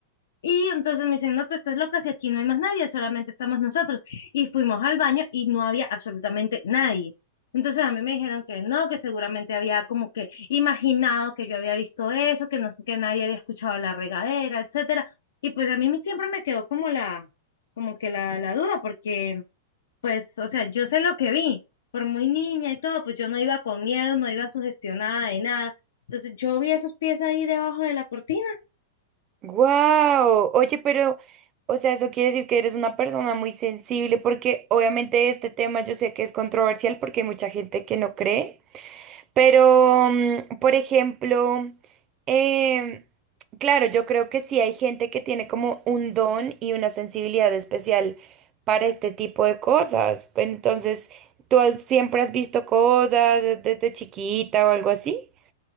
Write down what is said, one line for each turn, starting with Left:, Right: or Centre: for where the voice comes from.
Left: Y entonces me dicen, no, tú estás loca, si aquí no hay más nadie, solamente estamos nosotros. Y fuimos al baño y no había absolutamente nadie. Entonces a mí me dijeron que no, que seguramente había como que imaginado que yo había visto eso, que no sé, que nadie había escuchado la regadera, etcétera. Y pues a mí me- siempre me quedó como la, como que la, la duda, porque pues, o sea, yo sé lo que vi, por muy niña y todo, pues yo no iba con miedo, no iba sugestionada de nada. Entonces yo vi esos pies ahí debajo de la cortina
Right: ¡Wow! Oye, pero, o sea, eso quiere decir que eres una persona muy sensible porque obviamente este tema yo sé que es controversial porque hay mucha gente que no cree. Pero, mm, por ejemplo, em, claro, yo creo que sí hay gente que tiene como un don y una sensibilidad especial para este tipo de cosas. Entonces, ¿tú has- siempre has visto cosas de- desde chiquita o algo así?